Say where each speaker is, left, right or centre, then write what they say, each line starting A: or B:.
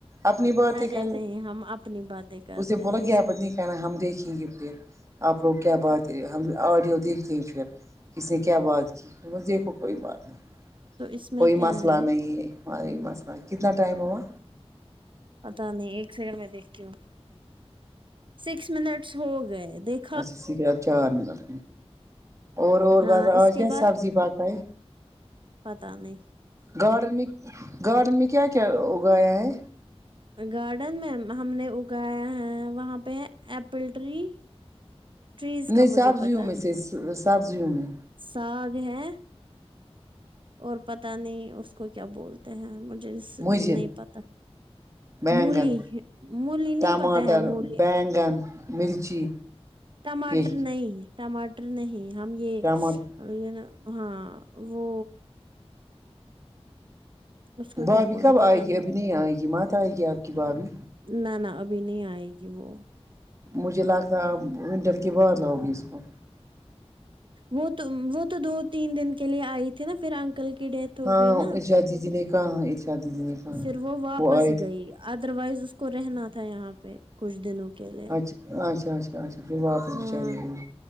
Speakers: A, on the right; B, on the right.
A: اپنی باتیں
B: ارے
A: کر
B: نہیں ہم اپنی باتیں کرتے
A: اسے بولا
B: ہیں
A: غیبت
B: اس میں
A: نی کہ نا ہم دیکھیں گے پھر آپ لوگ کیا بات ہے ہم آڈیو دیکھتے ہیں پھر کس نے کیا بات کی دیکھو کوئی بات نہیں
B: تو اس میں
A: کوئی
B: کیا
A: مسئلہ
B: ہے
A: نہیں ہے وہی مسئلہ کتنا ٹائم ہوا
B: پتا نہیں ایک سیکنڈ میں دیکھتی ہوں سکس منٹس ہو گئے دیکھ
A: اچھا صرف چار منٹ اور
B: ہاں
A: بس
B: اس
A: آج
B: کے
A: کیا
B: بعد
A: سبزی پکائ
B: پتا نہیں
A: گارڈن میں گارڈن میں کیا کیا اگایا ہے
B: گارڈن میں ہم نے اگایا ہے وہاں پہ ایپل ٹری ٹریز
A: نہیں
B: کا مجھے
A: سبزیوں
B: پتا
A: میں
B: ہے
A: سے سبزیوں میں
B: ساگ ہے اور پتا نہیں اس کو کیا بولتے تے ہیں مجھے اس
A: مجھے
B: نہیں پتا
A: بینگن
B: مولی مولی
A: ٹماٹر
B: نہیں پتا ہے مولی
A: بینگن مرچی
B: ٹماٹر
A: یہی
B: نہیں ٹماٹر نہیں ہم یہ
A: ٹماٹر
B: یہ نا ہاں وہ اس کو
A: بھابھی
B: کیا بولتے
A: کب آئے
B: پتا
A: گی ابھی نہیں آئے گی مات آئے گی آپ کی بھابھی
B: نہ نہ ابھی نہیں آئے گی وہ
A: مجھے لگتا ہے اپ انٹر کے بعد لاؤ گی اس کو
B: وہ تو وہ تو دو تین دن کے لیے آئی تھی نہ پھر انکل کی ڈیتھ ہو
A: ہاں
B: گئی نا
A: ارشاد دیدی نے کہاں ارشاد دیدی نے کہا
B: پھر وہ واپس
A: آئے
B: گئی
A: تھے
B: ادر وائز اس کو رہنا تھا یہاں پہ کچھ دنوں کے لیے
A: اچھا اچھا اچھا اچھا کوئی بات نہیں
B: ہاں
A: چل گی